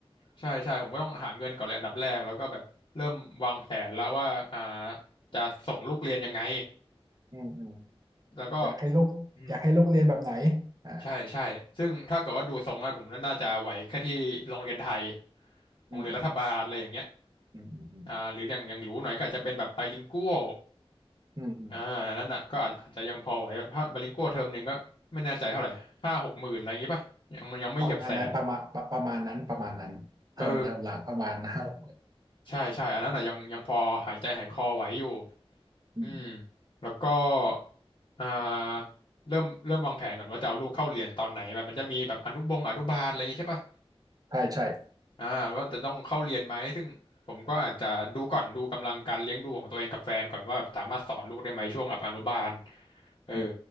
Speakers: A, on the left; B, on the right.
A: ใช่ใช่ผมก็ต้องหาเงินก่อนเลยอันดับแรกแล้วก็แบบเริ่มวางแผนแล้วว่าอ่าจะส่งลูกเรียนยังไง
B: อืมอืม
A: แล้วก็
B: อยากให้ลูกอยากให้ลูกเรียนแบบไหน
A: อืม
B: อ่า
A: ใช่ใช่ซึ่งถ้าเกิดว่าดูทรงแล้วผมน่าจะไหวแค่ที่โรงเรียนไทยโรงเรียนรัฐบาลอะไรอย่างเงี้ย
B: อืมอืมอืมอืมอืม
A: อ่าหรืออย่างอย่างหรูหน่อยก็อาจจะเป็นแบบไบลิงกัวล
B: อืมอืม
A: อ่าอันนั้นอ่ะก็อาจอาจจะยังพอไหวแบบถ้าไบลิงกัวลเทอมหนึ่งก็ไม่แน่ใจเท่าไหร่ห้าหกหมื่นอะไรอย่างงี้ป่ะยังยังไม่เหยียบแสน
B: ประมาณนั้นประมาณประประมาณนั้นประมาณนั้นเทอมเทอมละประมาณห้าหก
A: เออ ใช่ใช่อันนั้นอ่ะยังยังพอหายใจหายคอไหวอยู่
B: อืม
A: อืมแล้วก็อ่าเริ่มเริ่มวางแผนก่อนว่าจะเอาลูกเข้าเรียนตอนไหนแบบมันจะมีแบบอนุบงอนุบาลอะไรอย่างงี้ใช่ปะ
B: ใช่ใช่
A: อ่าว่าจะต้องเข้าเรียนไหมซึ่งผมก็อาจจะดูก่อนดูกำลังการเลี้ยงดูของตัวเองกับแฟนก่อนว่าสามารถสอนลูกได้ไหมช่วงแบบอนุบาลเออ
B: อืม